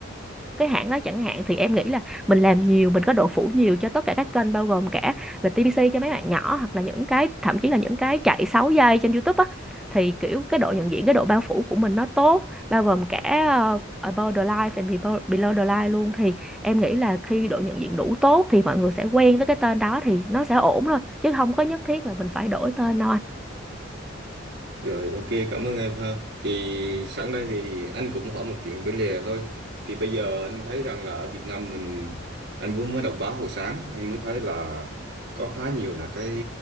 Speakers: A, in the centre; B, on the right (about 60°).
A: cái hãng đó chẳng hạn thì em nghĩ là mình làm nhiều mình có độ phủ nhiều cho tất cả các kênh bao gồm cả về TVC cho mấy bạn nhỏ hoặc là những cái thậm chí là những cái chạy 6 giây trên YouTube á thì kiểu cái độ nhận diện cái độ bao phủ của mình nó tốt bao gồm cả ờ, above the line and below below the line luôn thì em nghĩ là khi độ nhận diện đủ tốt thì mọi người sẽ quen với cái tên đó thì nó sẽ ổn thôi chứ không có nhất thiết là mình phải đổi tên đâu anh
B: Rồi ok cảm ơn em ha. Thì sẵn đây thì anh cũng hỏi một chuyện bên lề thôi. Thì bây giờ anh thấy rằng là ở Việt Nam mình anh vừa mới đọc báo hồi sáng anh mới thấy là có khá nhiều là cái